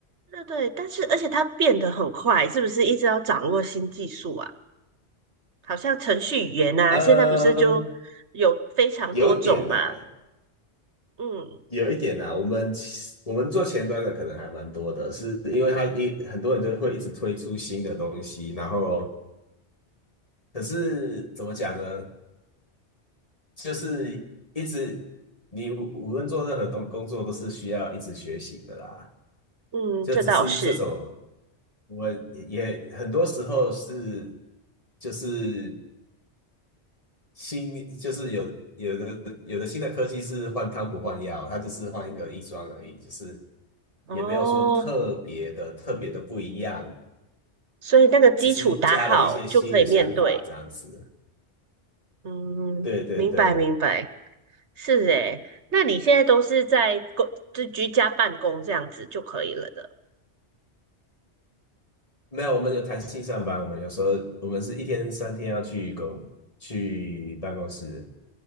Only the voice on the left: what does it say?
嗯，
有一点呐、
有一点呐、我们其我们做前端的可能还蛮多的，是因为他一很多人就会一直推出新的东西，然后可是怎么讲呢？就是一直你无无论做任何东工作都是需要一直学习的啦。
就只是这种，
我也很多时候是就是新就是有有的有的新的科技是换汤不换药，它就是换一个衣装而已，就是
也没有说特别的特别的不一样，
只是加了一些新的想法这样子。
对对对。
没有，我们有弹性上班，我们有时候我们是一天三天要去公去办公室，